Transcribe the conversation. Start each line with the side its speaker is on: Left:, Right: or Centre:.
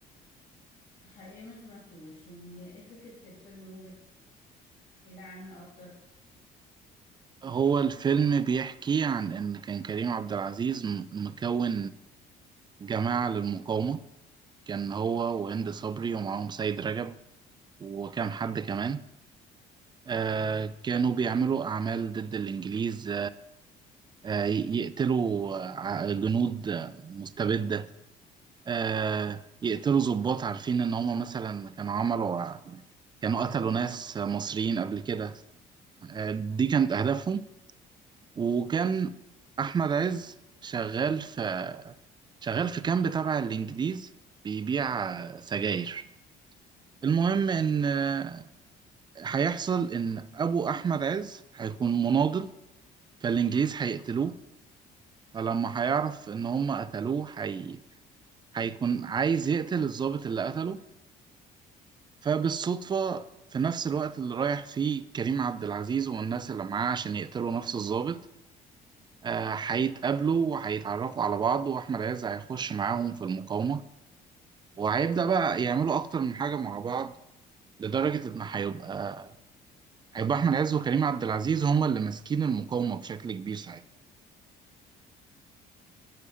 Left: حقيقي ما سمعتوش يعني هي ايه فكرة الفيلم ممكن تحكي لي عنها اكتر
Right: هو الفيلم بيحكي عن إن كان كريم عبد العزيز م- مكون جماعة للمقاومة كان هو وهند صبري ومعاهم سيد رجب وكام حد كمان آه، كانوا بيعملوا أعمال ضد الإنجليز آه، ي- يقتلوا آه، ع- جنود آه، مستبدة آه، يقتلوا ضباط عارفين إن هما مثلا كانوا عملوا كانوا قتلوا ناس مصريين قبل كده آه، دي كانت أهدافهم وكان أحمد عز شغال في شغال في كامب تبع الإنجليز بيبيع آه، سجاير المهم إن آه، هيحصل إن أبو أحمد عز هيكون مناضل فالإنجليز هيقتلوه فلما هيعرف إن هم قتلوه هي هيكون عايز يقتل الضابط اللي قتله فبالصدفة في نفس الوقت اللي رايح فيه كريم عبد العزيز والناس اللي معاه عشان يقتلوا نفس الضابط آه، هيتقابلوا وهيتعرفوا على بعض وأحمد عز هيخش معاهم في المقاومة وهيبدأ بقى يعملوا أكتر من حاجة مع بعض لدرجة إن هيبقى هيبقى أحمد عز وكريم عبد العزيز هما اللي ماسكين المقاومة بشكل كبير ساعتها